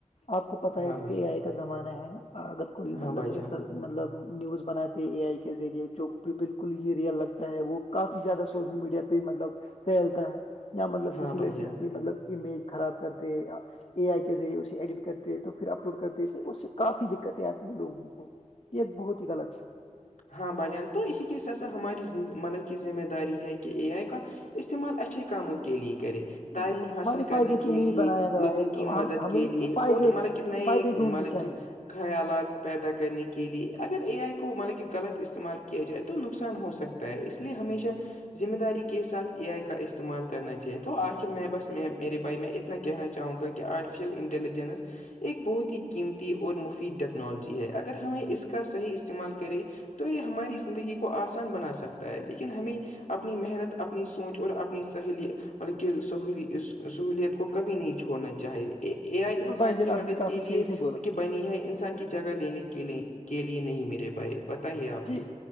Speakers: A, on the left; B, on the left.
A: آپ کو پتا ہے
B: ہاں
A: کیکہ
B: بھائی
A: یہ آئے کا زمانہ ہے اگر کوئی
B: ہاں
A: مطلب
B: بھائی
A: ایسا
B: جان
A: مطلب نیوز بناتے اے آئی کے ذریعے جو بالکل ہی ریئل لگتا ہے وہ کافی زیادہ سوشل میڈیا پہ ہی مطلب پھیلتا ہے یا مطلب
B: ہاں
A: کسی
B: بھائی
A: ل
B: جان
A: بھی مطلب امیج خراب کرتے اے آئی کے ذریعے اسے ایڈٹ کرتے تو پھر اپلوڈ کرتے تو اس سے کافی دقتیں آتی ہیں لوگوں کو یہ بہت ہی غلط ہے
B: ہاں بھائی جان تو اسی کی سسا ہماری مطلب کی ذمہ داری ہے کہ اے آئی کا استعمال اچھی کاموں کے لے کرے
A: جی
B: تعلیم
A: بالکل
B: حاصل
A: ہمارے فائدے
B: کرنے کے لیے
A: بنایا گیا
B: لوگوں
A: ہے
B: کی
A: تو ہم
B: مدد
A: ہمیں
B: کے
A: اس
B: لیے
A: فائدے
B: اور ملب نئے
A: فائدے ڈھونڈنے
B: مطلب
A: چاہیے
B: کہ خیالات پیدا کرنے کے لیے اگر اے آئی کو مطلب کہ غلط استعمال کیا جائے تو نقصان ہو سکتا ہے اس لیے ہمیشہ ذمہ داری کے ساتھ اے آئی کا استعمال کرنا چاہے تو آخر میں بس میں میرے بھائی میں ا انا کہنا چاہوں گا کہ آرٹیفیشیل انٹیلیجنس ایک بہت ہی قیمتی اور مفید ٹیکنالوجی ہے اگر ہمیں اس کا صحیح استعمال کرے تو یہ ہماری زندگی کو آسان بنا سکتا ہے لیکن ہمیں اپنی محنت اپنی سوچ اور اپنی سہیلیت مطلب کہ سہوولت کو کبھی نہیں چھوڑنا چاہی ا
A: بالکل
B: انسان
A: بھائی جان
B: کی
A: آپ
B: مدد
A: نے کافی
B: کے لیے
A: صحیح سے بولا
B: بنی ہے انسان کی جگہ لینے کے لیے کے لیے نہیں میرے بھائی بتائیے آپ
A: جی
B: بھی